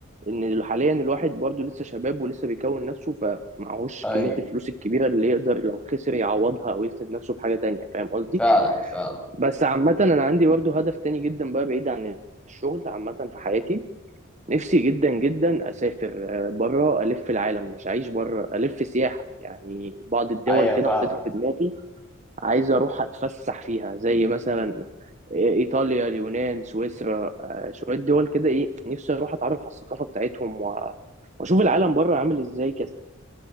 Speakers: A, on the right (about 35°); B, in the centre.
A: ان حاليا الواحد برضو لسه شباب ولسه بيكون نفسه فمعهوش
B: ايوه
A: كميه الفلوس الكبيره اللي يقدر لو خسر يعوضها او يسند نفسه بحاجه تانية فاهم قصدي
B: فعلا فعلا
A: بس عامه انا عندي برضو هدف تاني جدا بقى بعيد عن الشغل عامه في حياتي نفسي جدا جدا اسافر بره الف العالم مش عايش بره الف سياحه يعني بعض الدول
B: ايوه
A: كده
B: فاهمك
A: حاططها في دماغي عايز اروح اتفسح فيها زي مثلا آه، ايطاليا اليونان سويسرا آه، شويه دول كده ايه نفسي اروح اتعرف على الثقافه بتاعتهم و- واشوف العالم بره عامل ازاي